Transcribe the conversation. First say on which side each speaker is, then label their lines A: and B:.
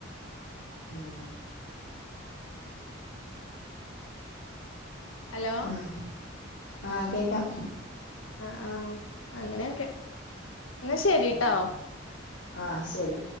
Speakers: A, on the left; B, on the left.
A: ഉം
B: ഹലോ
A: ആഹ് ആഹ് കേക്കാം
B: ആഹ് ആഹ് അങ്ങനെയൊക്കെ ഇന്നാ ശരിട്ടോ
A: ഉം ആഹ് ശരി